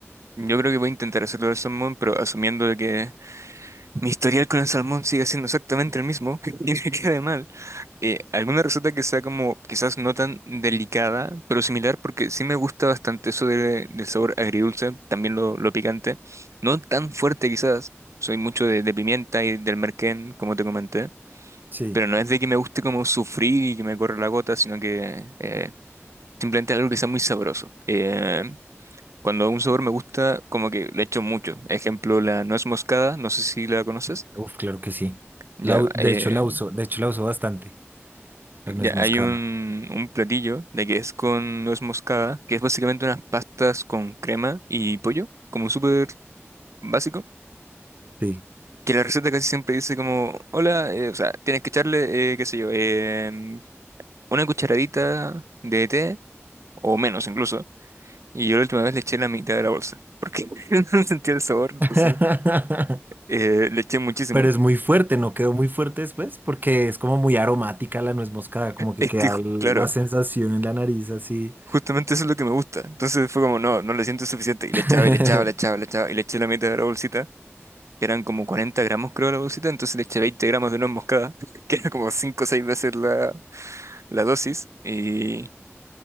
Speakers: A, on the right (about 80°); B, on the right (about 40°).
A: yo creo que voy a intentar hacerlo del salmón, pero asumiendo de que Mi historial con el salmón sigue siendo exactamente el mismo <laughs> y me queda mal. Eh, alguna receta que sea como quizás no tan delicada, pero similar, porque sí me gusta bastante eso de- del sabor agridulce, también lo, lo picante. No tan fuerte quizás, soy mucho de, de pimienta y del merquén, como te comenté,
B: Sí,
A: pero no es de que me guste como sufrir y que me corra la gota, sino que eh, simplemente algo que sea muy sabroso. Eh, cuando un sabor me gusta, como que le echo mucho. Ejemplo, la nuez moscada, no sé si la conoces.
B: uf, claro que sí.
A: Ya,
B: La u- de
A: eh,
B: hecho la uso, de hecho la uso bastante, la nuez
A: ya
B: moscada.
A: hay un, un platillo de que es con nuez moscada, que es básicamente unas pastas con crema y pollo, como súper básico.
B: Sí.
A: Que la receta casi siempre dice como, hola, eh, o sea, tienes que echarle, eh, qué sé yo, em, una cucharadita de té, o menos incluso. Y yo la última vez le eché la mitad de la bolsa, porque <laughs> no sentía el sabor, entonces
B: <laughs>
A: eh, le eché muchísimo.
B: Pero es muy fuerte, ¿no? Quedó muy fuerte después porque es como muy aromática la nuez moscada, como que
A: Es
B: queda
A: que,
B: l-
A: claro.
B: la sensación en la nariz así.
A: Justamente eso es lo que me gusta. Entonces fue como, no, no le siento suficiente. Y le
B: <laughs>
A: echaba, y le echaba, le echaba, le echaba, y le eché la mitad de la bolsita. que Eran como 40 gramos, creo, la bolsita. Entonces le eché 20 gramos de nuez moscada, <laughs> que era como 5 o seis veces la, la dosis. Y,